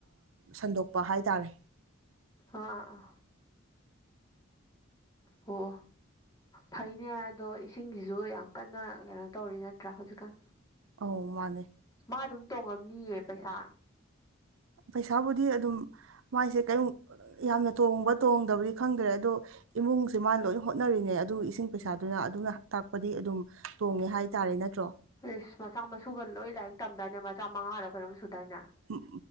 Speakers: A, on the right; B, on the left.
A: ꯁꯟꯗꯣꯛꯄ ꯍꯥꯏꯇꯥꯔꯦ
B: ꯑꯥ ꯑꯣ ꯐꯩꯅꯦ ꯑꯗꯣ ꯏꯁꯤꯡꯁꯤꯁꯨ ꯌꯥꯝ ꯀꯟꯅ ꯀꯩꯅꯣ ꯇꯧꯔꯤ ꯅꯠꯇ꯭ꯔꯥ ꯍꯧꯖꯤꯛꯀꯥꯟ
A: ꯑꯧ ꯃꯥꯅꯦ
B: ꯃꯥ ꯑꯗꯨꯝ ꯇꯣꯡꯉꯝꯅꯤꯌꯦ ꯄꯩꯁꯥ
A: ꯄꯩꯁꯥꯕꯨꯗꯤ ꯑꯗꯨꯝ ꯃꯥꯏꯁꯦ ꯀꯩ ꯌꯥꯝꯅ ꯇꯣꯡꯕ ꯇꯣꯡꯗꯕꯗꯤ ꯈꯪꯗ꯭ꯔꯦ ꯑꯗꯣ ꯏꯃꯨꯡꯁꯦ ꯃꯥꯅ ꯂꯣꯏ ꯍꯣꯠꯅꯔꯤꯅꯦ ꯑꯗꯨ ꯏꯁꯤꯡ ꯄꯩꯁꯥꯗꯨꯅ ꯑꯗꯨꯅ ꯇꯥꯛꯄꯗꯤ ꯑꯗꯨꯝ ꯇꯣꯡꯉꯦ ꯍꯥꯏꯇꯥꯔꯦ ꯅꯠꯇ꯭ꯔꯣ
B: ꯏꯁꯁ ꯃꯆꯥ ꯃꯁꯨꯒ ꯂꯣꯏ ꯂꯥꯏꯔꯤꯛ ꯇꯝꯗꯥꯏꯅꯦ ꯃꯆꯥ ꯃꯉꯥꯔꯣ ꯀꯩꯅꯣꯝ ꯁꯨꯗꯥꯏꯅꯦ
A: ꯎꯝ